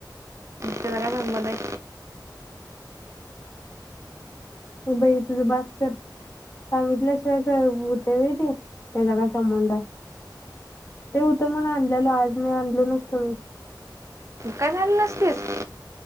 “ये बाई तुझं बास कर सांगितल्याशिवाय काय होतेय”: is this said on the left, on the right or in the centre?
Left